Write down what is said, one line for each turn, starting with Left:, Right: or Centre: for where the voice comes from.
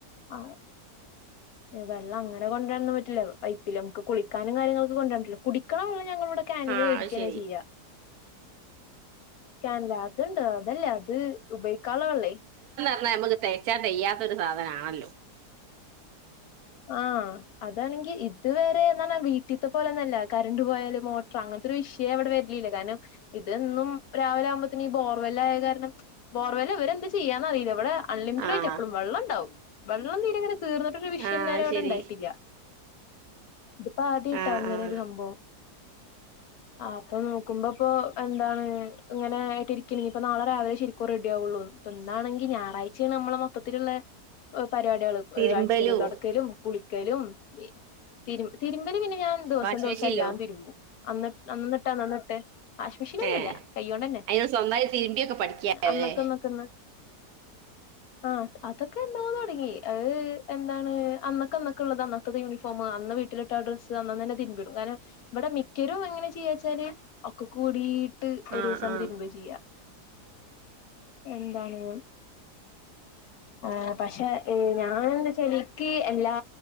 Left: ആ എ വെള്ള അങ്ങനെ കൊണ്ട്രാനൊന്നും പറ്റൂല പൈപ്പില നമ്മക്ക് കുളിക്കാനും കാര്യങ്ങൾക്ക് കൊണ്ട്രാൻ പറ്റുല കുടിക്കണം ഞങ്ങള് പ്പ കാനില്
Right: ആഹ്
Left: വേടിക്കാണ്
Right: അത് ശരി
Left: ചെയ്യാ കാനില അതുണ്ട് തല്ലെ അത് ഉപേയ്ക്കാള്ള വള്ളെയ്
Right: <unintelligible> തേച്ചാ തെയ്യാത്തൊരു സാധനാണല്ലോ.
Left: ആ അതാണെങ്കി ഇത് വരെ നർണ വീട്ടിത്തെ പോലെന്നല്ല കരണ്ട് പോയാല് മോട്ട്റ് അങ്ങൻത്തൊരു വിഷയെ വടെ വര്ലില്ല കാരണം ഇതെന്നും രാവിലെ ആവുമ്പത്തിന് ഈ ബോർവെല്ലായ കാരണം ബോർവെല്ല് ഇവരെന്ത ചെയ്യാന്നറീല ഇവ്ടെ അൺലിമിറ്റഡായ്ട്ട്
Right: ആഹ്
Left: എപ്പളും വെള്ളണ്ടാവും. വെള്ളം തീരെ ഇങ്ങനെ തീർന്നിട്ടൊ ക്കുന്നേരടെ
Right: ആഹ് അത് ശരി
Left: ഇണ്ടായിട്ടില്ല. ഇതിപ്പ ആദ്യായിട്ടാ
Right: ആഹ്
Left: ങ്ങനൊരു
Right: ആഹ്
Left: സംഭവം. ആ അപ്പൊ നോക്കുമ്പോ പ്പൊ എന്താണ് ഇങ്ങനെ ആയിട്ട് ഇരിക്ക ഇപ്പ നാളെ രാവിലെ ശരിക്കു റെഡി ആവൊള്ളൂന്ന് പ്പൊ ന്നാണെങ്കി ഞായറാഴ്ചേണ് നമ്മള് മൊത്തത്തില്ള്ളെ എ പരിവാട്യേള്
Right: തിരുമ്പലും
Left: ഏ അടിക്കലും തൊടക്ക് കുളിക്കലും എ തിരും തിരുമ്പ പിന്നെ ഞാൻ ദിവസം
Right: വാഷിംഗ്
Left: ദിവസം
Right: മെഷീനിലോ
Left: എല്ലാം തി രുമ്പും <unintelligible> അന്നട്ട് അന്ന്ട്ടാ വാഷ്മെഷീനൊന്നുല്ല
Right: ഏഹ്
Left: കയ്യോണ്ടെന്നെ
Right: അയിന് സ്വന്തമായി തിരുമ്പിയൊക്കെ പഠിക്കാല്ലേ
Left: അന്നക്കന്നക്കന്ന് ആ അതൊക്കെ എന്നോ തൊടങ്ങി ആഹ് എന്താണ് അന്നക്കന്നക്ക്ള്ളത് അന്നത്തത് യൂണിഫോമ് അന്ന് വീട്ടിലിട്ട ആ ഡ്രസ്സ് അന്നന്നെന്നെ തിരുമ്പിടും കാരണം വടെ മിക്ക്യരും എങ്ങനെ ചെയ്യാ ച്ചാല് ഒക്കക്കൂടീ ട്ട് ഒരൂസണ്ട്
Right: ആഹ് ആഹ്
Left: തിര്മ്പ ചെയ്യ എന്താണ് ആ പഷെ ഏ ഞാനെന്താചാലി ക്കീ എല്ലാ